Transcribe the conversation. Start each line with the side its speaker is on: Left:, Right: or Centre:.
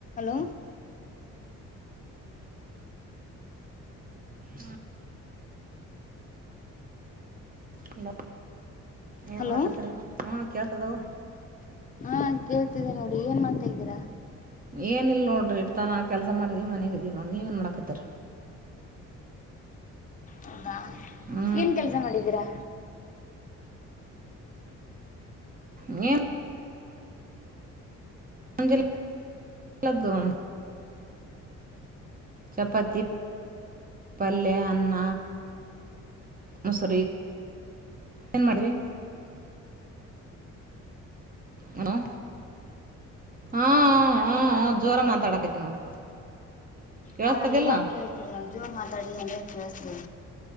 Left: Hello.
Right: ಹಾ- hello ಏನು
Left: hello
Right: ಮಾಡಡಕತರಿ ಹಾ ಕೇಳ್ತದವ್ವ.
Left: ಹಾ ಕೇಳ್ತಿದ್ದೇ ನೋಡಿ ಏನ್ ಮಾಡತಾ ಇದ್ದೀರಾ.
Right: ಏನಿಲ್ಲ ನೋಡಿರಿ ಇರ್ತಾನಾ ಕೆಲಸ ಮಾಡಿದೀವಿ ಮನೆಾಗ ಇದಿದೀ ನೋಡಿ ನೀವ ಏನು ಮಾಡಕತ್ತರಿ.
Left: ಹೌದಾ
Right: ಹ್ಞೂ
Left: ಏನ್ ಕೆಲ್ಸ ಮಾಡಿದೀರಾ.
Right: ನೀ- <inaudible> ಚಪಾತಿ. ಪಲ್ಲ್ಲೆ ಅನ್ನ. ಮುಸರಿ. ಏನು ಮಾಡಿ್ರರಿ ಹಣೋ. ಹ್ಮ್ ಹ್ಮ್ ಜೋರ ಮಾತಾಡಕತಿ ನೋಡು. ಕೇಳಿಸ್ತದಿಲ್ಲ
Left: ಹಾ ಇವಾಗ ಕೇಳ್ತಿದಿ ನಾ ಜೋರ್ ಮಾತಾಡಿ ಎಂದ ಕೇಳಳ್ತಿದಿ.